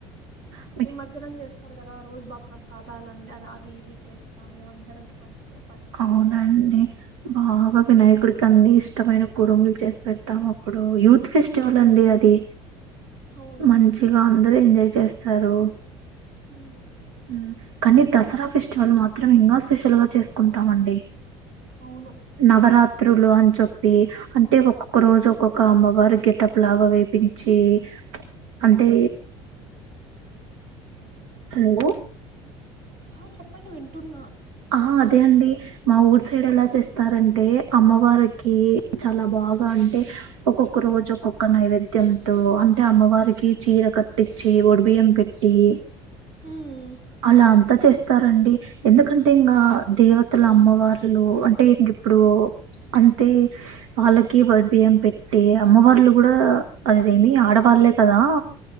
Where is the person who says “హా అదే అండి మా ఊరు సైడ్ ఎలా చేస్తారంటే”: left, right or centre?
Right